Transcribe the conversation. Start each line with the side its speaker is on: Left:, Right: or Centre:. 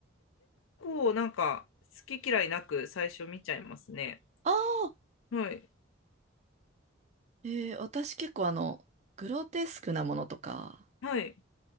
Left: こう、なんか好き嫌いなく最初見ちゃいますね。
Right: あ
Left: はい。
Right: えー、私結構あの、グロテスクなものとか、
Left: はい。